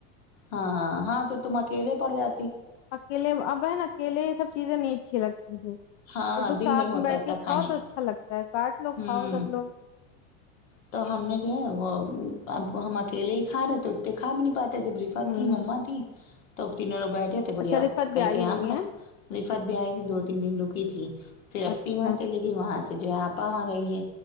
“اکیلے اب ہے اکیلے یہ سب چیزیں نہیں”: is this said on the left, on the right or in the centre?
Left